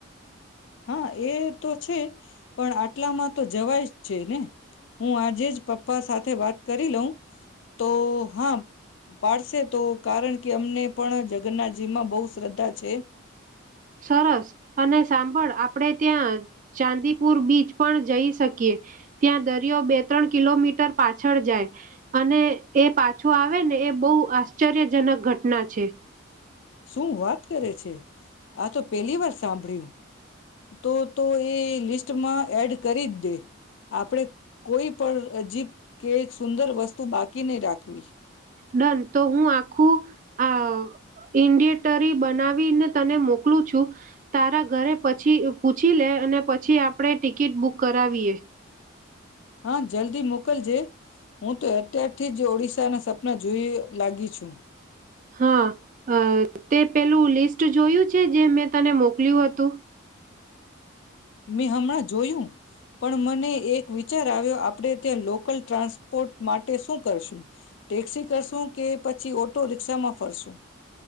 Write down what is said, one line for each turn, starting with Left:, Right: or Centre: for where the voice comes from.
Left: હા એ તો છે, પણ આટલામાં તો જવાય જ છે ને. હું આજે જ પપ્પ પપ્પા સાથે વાત કરી લઉં, તો હા પાડશે તો કારણ કે અમને પણ જગન્નાથજી માં બોવ શ્રદ્ધા છે.
Right: સરસ અને સાંભળ આપડે ત્યાં ચાંદીપુર બીચ પણ જઈ શકીએ, ત્યાં દરિયો બે ત્રણ કિલોમીટર પાછળ જાય અને એ પાછો આવે ને એ બો આશ્ચર્યજનક ઘટના છે.
Left: શું વાત કરે છે, આતો પેલી વાર સાંભળ્યું, તો તો એ લિસ્ટમાં એડ કરીજ દે. આપડે કોઈ પણ અજીબ કે સુંદર વસ્તુ બાકી નઈ રાખવી.
Right: ડન, તો હું આખું આ ઇન્ડિટરી બનાવીને તને મોકલું છું, તારા ઘરે પછી પૂછી લે અને પછી આપડે ટિકિટ બુક કરાવીએ.
Left: હા, જલ્દી મોકલજે. હું તો અત્યારથી જ ઓડિશાના સપના જોઈ લાગી છું.
Right: હા, અહ તે પેલું લિસ્ટ જોયું છે, જે મેં તને મોકલ્યું હતું?
Left: મેં હમણાં જોયું, પણ મને એક વિચાર આવ્યો આપણે ત્યાં લોકલ ટ્રાન્સપોર્ટ માટે શું કરશું, ટેક્સી કરશું કે પછી ઓટો રિક્ષામાં ફરશું?